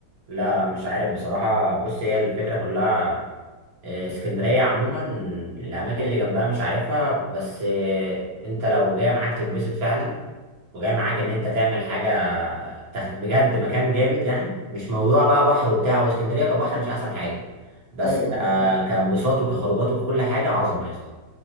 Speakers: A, on the right (about 60°); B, on the left (about 30°).
A: لا لا مش عارف بصراحة بص هي الفكرة كلها آه، اسكندرية عموما الأماكن اللي جنبها مش عارفها بس آه، أنت لو جاي معاك تتبسط فعلا وجاي معاك إن أنت تعمل حاجة تخ... بجد مكان جامد يعني مش موضوع بقى بحر وبتاع واسكندرية كبحر مش أحسن حاجة بس
B: <laughs> ايوه ايوه
A: آه،
B: فاهم.
A: كانبساط وكخروجات وككل حاجة عظمة يا اسطى